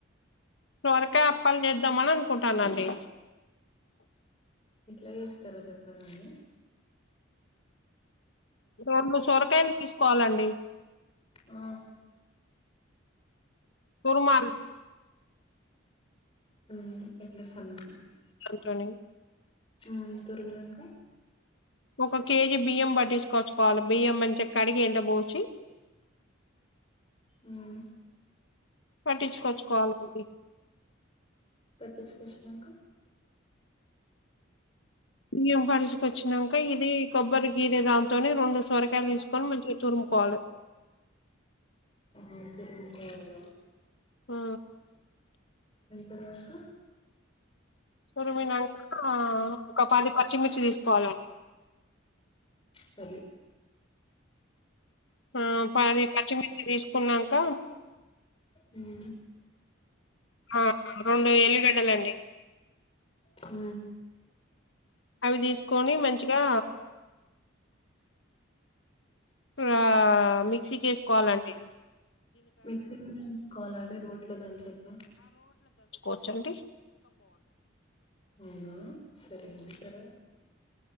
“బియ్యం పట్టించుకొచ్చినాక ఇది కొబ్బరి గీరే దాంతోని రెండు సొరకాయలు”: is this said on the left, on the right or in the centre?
Left